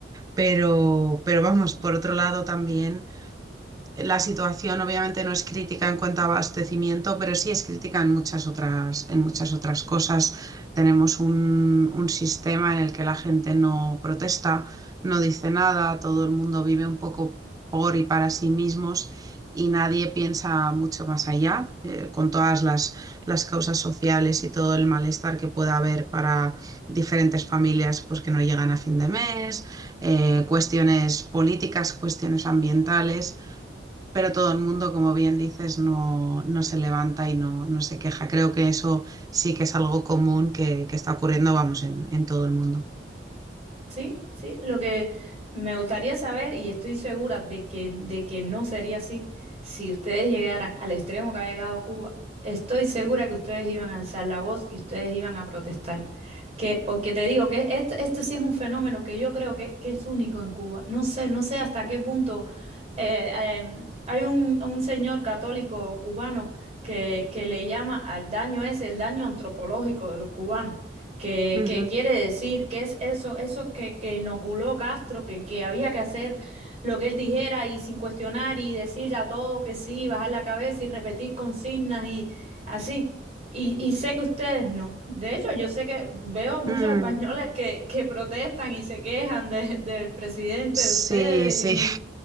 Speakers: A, on the right; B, on the right.
A: Pero, pero vamos, por otro lado también... La situación obviamente no es crítica en cuanto a abastecimiento, pero sí es crítica en muchas otras, en muchas otras cosas. Tenemos un, un sistema en el que la gente no protesta, no dice nada, todo el mundo vive un poco por y para sí mismos y nadie piensa mucho más allá, eh, con todas las, las causas sociales y todo el malestar que pueda haber para diferentes familias pues, que no llegan a fin de mes, eh, cuestiones políticas, cuestiones ambientales. Pero todo el mundo, como bien dices, no, no se levanta y no, no se queja. Creo que eso sí que es algo común que, que está ocurriendo, vamos, en, en todo el mundo.
B: Sí, sí, lo que me gustaría saber, y estoy segura de que, de que no sería así, si ustedes llegaran al extremo que ha llegado Cuba, estoy segura que ustedes iban a alzar la voz y ustedes iban a protestar. Que, porque te digo que este, este sí es un fenómeno que yo creo que, que es único en Cuba. No sé, no sé hasta qué punto eh, em, hay un, un señor católico cubano que, que le llama al daño ese, el daño antropológico de los cubanos ¿Qué,
A: Ujú.
B: qué quiere decir? ¿Qué es eso? Eso que, que inoculó Castro, que, que había que hacer lo que él dijera y sin cuestionar y decir a todo que sí, bajar la cabeza y repetir consignas y así. Y, y sé que ustedes no. De hecho, yo sé que veo muchos
A: Mm.
B: españoles que, que protestan y se quejan de- del presidente
A: Sí,
B: de ustedes
A: sí.
B: y...